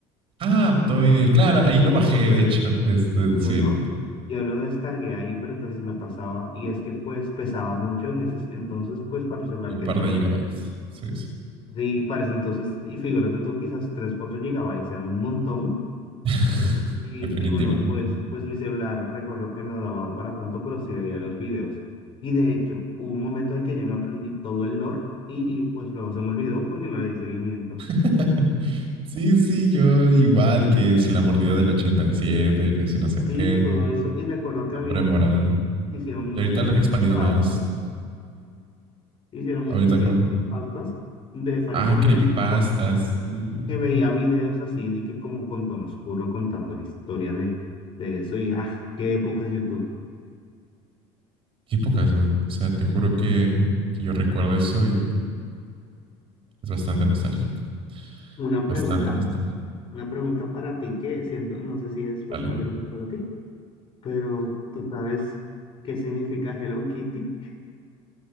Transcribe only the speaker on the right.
Ah, Aptoide.
Claro,
ahí lo bajé, de hecho. Este,
sí,
un
par
de gigabytes. Sí, sí.
<laughs>
Definitivamente.
<laughs> Sí, sí, yo igual que si la mordida del 87, que si no sé qué,
la
hombre morada.
Y ahorita
lo han expandido
más. ¿no?
Ahorita
con.
Ah,
creepypastas y.
Qué pocas, man. O sea, te juro que, que yo recuerdo eso y es bastante nostálgico.
Bastante
nostálgico.
Dale.